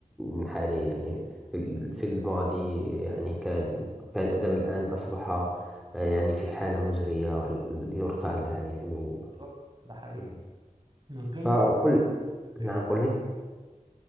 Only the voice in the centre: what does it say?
من حاله يعني في ال- في الماضي يعني كان كان الأدب الآن أصبح آه، يعني في حالة مزرية يرثى لها يعني
نعم.
فقل
نعم
قل لي